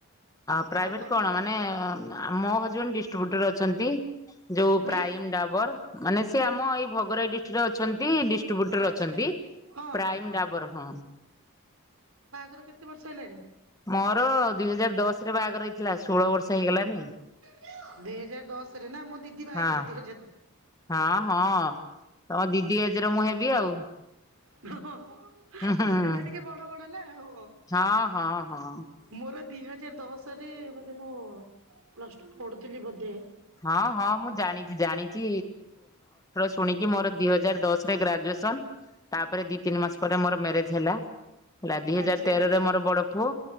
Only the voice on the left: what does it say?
ପ୍ରାଇଭେଟ
କଣ ମାନେ ମୋ ହଜବେଣ୍ଡ ଡି୍ଷ୍ଟିବ୍ୟୁଟର ଅଛ ଅଛନ୍ତି। ଯୋଉ
ପ୍ରାଇମ ଡାବର ମାନେ ସେ ଆମ ଏଇ ଭଗରାଇ ଡିଷ୍ଟ୍ରିକଟ ଅଛି ଡିଷ୍ଟ୍ରିବ୍ୟୁଟର
ଅଛନ୍ତି
ପ୍ରାଇମ୍
ଡ଼ାବର ହଁ।
ମୋର ଦୁଇ ହଜାର ଦଶ ରେ ବାହାଘର ହେଇଥିଲା ଷୋହଳ ବର୍ଷ ହେଇଗଲାନି।
ହଁ
ହଁ ହଁ ତମ ଦିଦି ଆଜିରେ ମୁଁ ହେବି ଆଉ
ହୁଁ ହୁଁ
ହଁ ହଁ ହଁ।
ହଁ ହଁ ମୁଁ ଜାଣିଛି ଜାଣିଛି ଶୁଣିକି ମୋର ଦି ହଜାର ଦଶରେ ଗ୍ରାଜୁଏସନ ତାପରେ ଦି ତିନି ମାସ ପରେ ମୋର ମ୍ୟାରେଜ ହେଲା ହେଲା ଦିଇ ହଜାର
ତେରରେ ମୋର ବଡ ପୁଅ